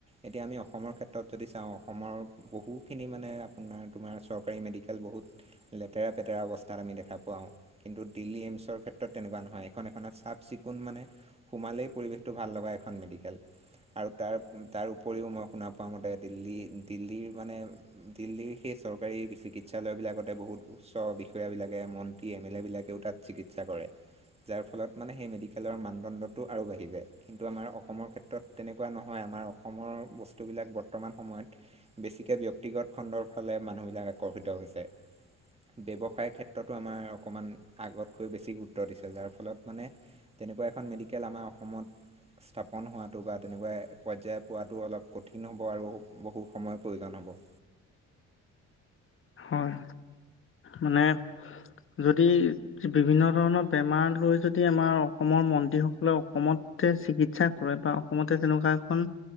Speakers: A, on the right; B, on the left.
A: এতিয়া আমি অসমৰ ক্ষেত্ৰত যদি চাওঁ অসমৰ বহু খিনি মানে আপোনাৰ তোমাৰ চৰকাৰী মেডিকেল বহুত লেতেৰা পেতেৰা অৱস্থাত আমি দেখা পাৱাওঁ। কিন্তু দিল্লী এইমছৰ ক্ষেত্ৰত তেনেকুৱা নহয়, এখন এখনত চাফ-চিকুণ মানে সোমালেই পৰিৱেশটো ভাল লগা এখ খন মেডিকেল আৰু তাৰ তাৰ উপৰিও মই শুনা পোৱা মতে দিল্লী দিল্লীৰ মানে দিল্লীৰ সেই চৰকাৰী চিকিৎসালয় বিলাকতে বহুত উচ্চ বিষয়া বিলাকে মন্ত্ৰী এম এল এ বিলাক <unintelligible> তাত চিকিৎসা কৰে। যাৰ ফলত মানে সেই মেডিকেলৰ মানদণ্ডটো আৰু বাঢ়ি যায়, কিন্তু আমাৰ অসমৰ ক্ষেত্ৰত তেনেকুৱা নহয়। আমাৰ অসমৰ বস্তুবিলাক বৰ্তমান সময়ত বেছি‌কে ব্য ব্যক্তিগত খণ্ডৰ ফালে মানুহবিলাক আকৰ্ষিত হৈছে। ব্যৱসায় ক্ষেত্ৰতো আমাৰ অকমান আগতকৈ বেছি গুৰুত্ব দিছে যাৰ ফলত মানে তেনেকুৱা এখন মেডিকেল আমাৰ অসমত স্থাপন হোৱাটো বা তেনেকুৱা পৰ্যায় পোৱাটো অলপ কঠিন হ'ব আৰু বহু সময়ৰ প্ৰয়োজন হ'ব।
B: হয়, মানে যদি বিভিন্ন ধৰণৰ বেমাৰ লৈ যদি আমাৰ অসমৰ মন্ত্ৰী সকলে অসমত চিকিৎসা কৰে বা অসমতে তেনেকুৱা এখন